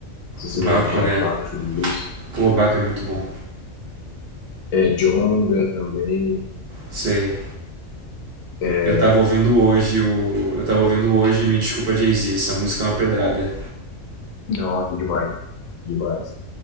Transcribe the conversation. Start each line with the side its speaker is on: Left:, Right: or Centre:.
Left: se você
Right: Baco,
Left: já ouviu falar
Right: né?
Left: de Bakushu do Blues.
Right: Pô, Baco é muito bom.
Left: É, Jonga também.
Right: Sei.
Left: É,
Right: Eu tava ouvindo hoje o. Eu tava ouvindo hoje Me Desculpa Jay-Z. Essa música é uma pedrada.
Left: nossa, demais. Demais.